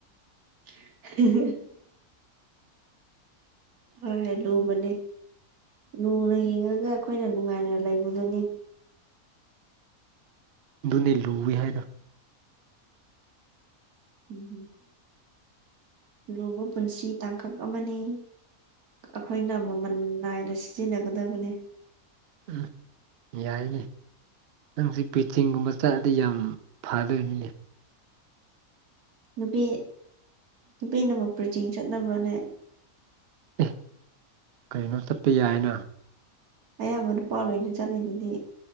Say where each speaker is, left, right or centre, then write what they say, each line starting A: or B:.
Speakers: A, on the right; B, on the right.
A: <unintelligible> ꯍꯣꯏ ꯍꯣꯏ ꯂꯨꯕꯅꯤ ꯂꯨꯅ ꯌꯦꯡꯉꯒ ꯑꯩꯈꯣꯏꯅ ꯅꯨꯡꯉꯥꯏꯅ ꯂꯩꯕꯗꯨꯅꯤ
B: ꯑꯗꯨꯅꯦ ꯂꯨꯏ ꯍꯥꯏꯗꫭ
A: ꯎꯝ ꯎꯝ ꯂꯨꯕ ꯄꯨꯟꯁꯤ ꯇꯥꯡꯀꯛ ꯑꯃꯅꯤ ꯑꯩꯈꯣꯏꯅ ꯃꯃꯜ ꯅꯥꯏꯅ ꯁꯤꯖꯤꯟꯅꯒꯗꯕꯅꯤ
B: ꯎꯝ ꯌꯥꯏꯅꯦ ꯅꯪꯁꯦ ꯄꯤꯆꯤꯟꯒꯨꯝꯕ ꯆꯠꯑꯗꯤ ꯌꯥꯝ ꯐꯗꯣꯏꯅꯤꯅꯦ
A: ꯅꯨꯄꯤ ꯅꯨꯄꯤꯅꯕꯨ ꯄꯨꯔꯆꯤꯡ ꯆꯠꯅꯕ꯭ꯔꯅꯦ
B: ꯑꯦ ꯀꯩꯅꯣ ꯆꯠꯄ ꯌꯥꯏꯅ
A: ꯑꯌꯥꯝꯕ ꯅꯨꯄꯥ ꯂꯣꯏꯅ ꯆꯠꯂꯤꯗꯨꯗꯤ